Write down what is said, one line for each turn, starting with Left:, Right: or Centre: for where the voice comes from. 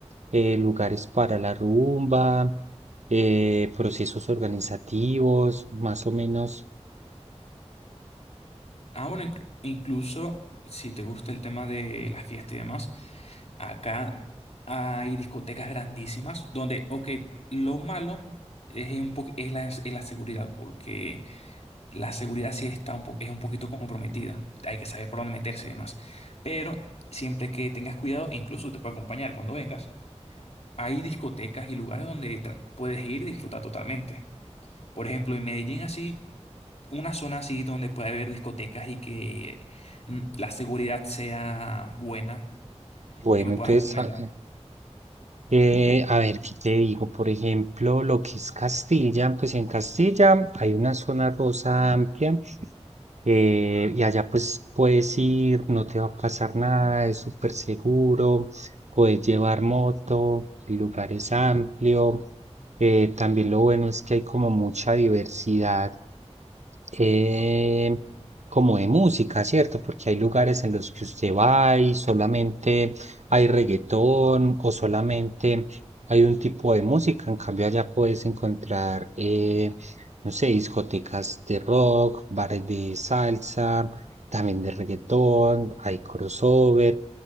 Right: eh, lugares para la rumba, eh, procesos organizativos, más o menos.
Left: Ah, bueno, inc- incluso si te gusta el tema de las fiestas y demás, acá hay discotecas grandísimas donde, ok, lo malo es, un po- es la, es la seguridad, porque la seguridad sí está un po- es un poquito comprometida. Hay que saber por dónde meterse y demás. Pero siempre que tengas cuidado, e incluso te puedo acompañar cuando vengas, hay discotecas y lugares donde tra- puedes ir y disfrutar totalmente. Por ejemplo, en Medellín, así, una zona así donde puede haber discotecas y que mm, la seguridad sea buena,
Right: Bueno,
Left: que me
Right: entonces,
Left: puedas recomendar.
Right: a, eh, a ver, ¿qué te digo? Por ejemplo, lo que es Castilla, pues en Castilla hay una zona rosa amplia eh, y allá pues puedes ir, no te va a pasar nada, es súper seguro, puedes llevar moto, el lugar es amplio. Eh, también lo bueno es que hay como mucha diversidad eh, como de música, ¿cierto? Porque hay lugares en los que usted va y solamente hay reggaetón o solamente hay un tipo de música. En cambio, allá puedes encontrar eh, no sé, discotecas de rock, bares de salsa, también de reggaetón, hay crossover.